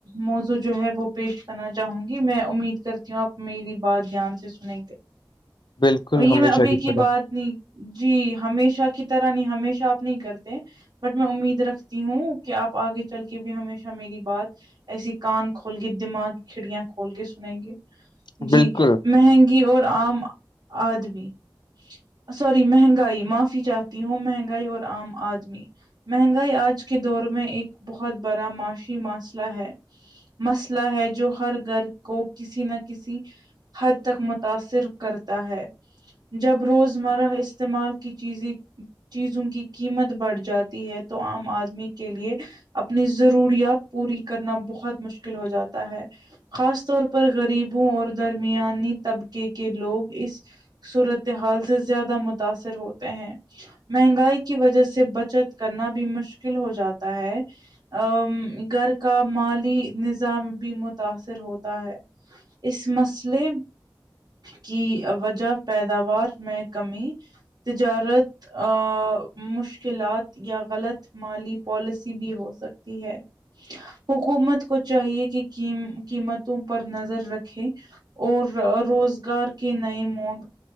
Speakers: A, on the right; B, on the left.
A: موضوع جو ہے وہ پیش کرنا چاہوں گی میں امید کرتی ہوں آپ میری بات دھیان سے نہیں تے
B: بالکل
A: اور یہ
B: ہمیشہ
A: میں ابھی کی
B: طرح
A: بات نہیں جی ہمیشہ کی طرح نہیں ہمیشہ آپ نہیں کرتے بٹ میں امید رکھتی ہوں کہ آپ آگے چل کے بھی ہمیشہ میری بات ایسی کان کھول کے دماغ کھڑیاں کھول کے سنیں گے
B: بالکل
A: جی مہنگی کی اور عام آدمی سوری مہنگائی معافی چاہتی ہوں مہنگائی اور عام آدمی مہنگائی آج کے دور میں ایک بہت بڑا معاشی مسئلہ ہے مسئلہ ہے جو ہر گھر کو کسی نہ کسی حد تک مب متاثر کرتا ہے جب روزمرہ استعمال کی چیزیں چیزوں کی قیمت بڑھ جاتی ہے تو عام آدمی کے لیے اپنی ضروریات پوری کرنا بہت مشکل ہو جاتا ہے خاص طور پر غریبوں اور درمیانی طبقے کے لوگ اس صورتحال سے زیادہ متاثر ہوتے ہیں مہنگائی کی وجہ سے بچت کرنا بھی مشکل ہو جاتا ہے آ گھر کا مالی نظام بھی متاثر ہوتا ہے اس مسلے کی وجہ پیداوار میں کمی تجارت آ مشکلات یا غلط مالی پالیسی بھی ہو سکتی ہے حکومت کو چاہیے کہ قیمت قیمتوں پر نظر رکھے اور روزگار کے نئے موق